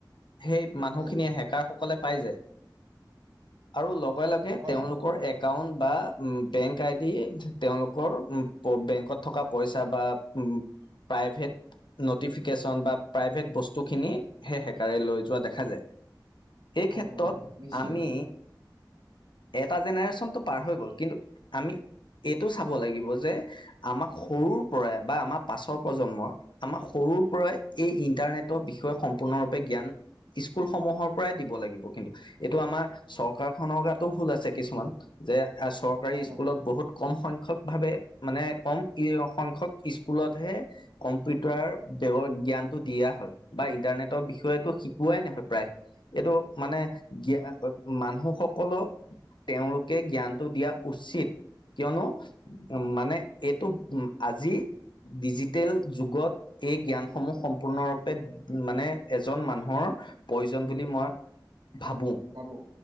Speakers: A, on the left; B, on the right.
A: সেই মানুহখিনিয়ে
B: হয়
A: হেকাৰসকলে পাই যে আৰু লগ লগে লগে
B: হয়
A: তেওঁলোকৰ এক একাউন্ট বা বেংক আইডি, তেওঁলোকৰ বেংকত থকা পইচা বা উ প্ৰাইভেট নটিফিকেশ্যন বা প্ৰাইভেট বস্তুখিনি সেই হেকাৰে লৈ যোৱা দেখা যায়। সেই
B: হয়
A: ক্ষেত্ৰত
B: হয় নিশ্চিত
A: আমি
B: ৰূপে
A: এটা জেনেৰেচন টো পাৰ হৈ গ'ল কিন্তু আমি এইটো চাব লাগিব যে আমাক সৰুৰপৰাই বা আমাৰ পাছৰ প্ৰজন্ম আমাক সৰুৰপৰাই এই ইণ্টাৰনেটৰ বিষয়ে সম্পূৰ্ণৰূপে জ্ঞান স্কুলসমূহৰ পৰাই দিব লাগিব কিন্তু। এইটো আমাৰ চৰকাৰখনৰ গাতো ভুল আছে কিছুমান যে এ, চৰকাৰী
B: হয় হয়
A: স্কুলত বহুত কম সংখ্যক ভাৱে মানে কম ই সংখ্যক স্কুলতহে কম্পিউটাৰ ব্যা জ্ঞানটো দিয়া হয়। বা ইণ্টাৰনেটৰ বিষয়েতো শিকোৱাই নহয় প্ৰায়। এইটো মানে জ্ঞা মানুহ সকলক তেওঁ কে জ্ঞানটো দিয়া উচিত কিয়নো মানে এইটো উ, আজি ডিজিটেল যুগত এই জ্ঞানসমূহ সম্পূৰ্ণৰূপে মানে এজন মানুহৰ প্ৰয়োজন বুলি মই ভাবোঁ।
B: ভাবোঁ,